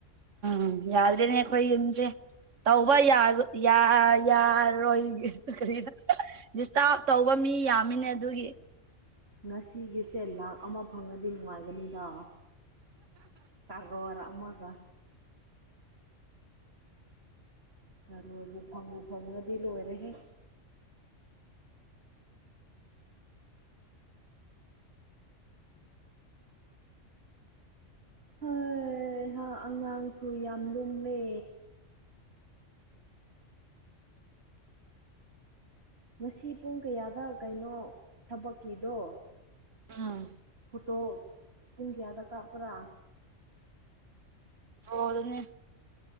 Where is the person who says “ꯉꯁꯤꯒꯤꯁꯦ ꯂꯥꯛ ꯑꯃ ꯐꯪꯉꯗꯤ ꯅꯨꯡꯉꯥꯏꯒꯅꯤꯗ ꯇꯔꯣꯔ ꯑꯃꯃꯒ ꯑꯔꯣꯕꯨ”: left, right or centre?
Right